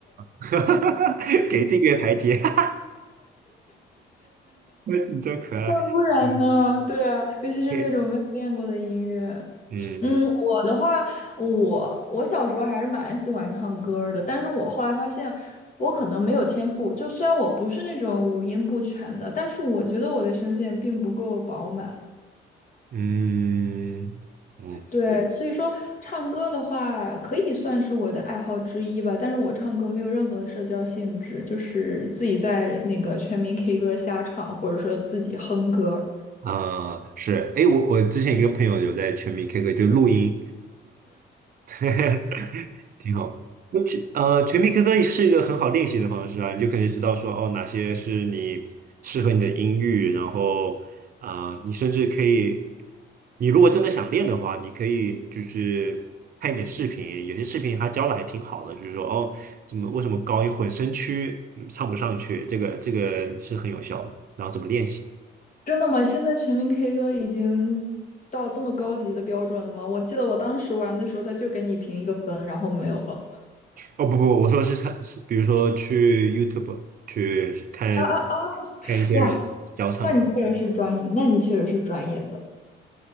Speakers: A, on the right (about 45°); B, on the left (about 40°).
A: <laughs> 给这个台阶，<laughs> 啊你真可爱，
B: 那不然呢？
A: 嗯，
B: 对啊，尤其是那种没有练过的音乐。
A: 嘿嗯
B: 嗯，我的话，我我小时候还是蛮喜欢唱歌儿的，但是我后来发现我可能没有天赋，就虽然我不是那种五音不全的，但是我觉得我的声线并不够饱满。
A: 嗯嗯嗯
B: 对，所以说唱歌的话可以算是我的爱好之一吧，但是我唱歌没有任何社交性质，就是自己在那个全民 K 歌瞎唱，或者说自己哼歌。
A: 啊，是，哎，我我之前一个朋友有在全民 K 歌就录音，<laughs> 挺好。那全呃，全民 K 歌是一个很好练习的方式啊，你就可以知道说哦，哪些是你适合你的音域，然后啊、呃你甚至可以，你如果真的想练的话，你可以就是看一点视频，有些视频他教的还挺好的，就是说哦，怎么为什么高音混声区嗯唱不上去，这个这个是很有效的，然后怎么练习。
B: 真的吗？现在全民 K 歌已经到这么高级的标准了吗？我记得我当时玩的时候，他就给你评一个分，然后没有了。
A: 哦，不不，我说是唱，是比如说去 YouTube 去看
B: 啊啊啊！
A: 看一些人教唱歌。
B: 哇，那你确实是专业，那你确实是专业的，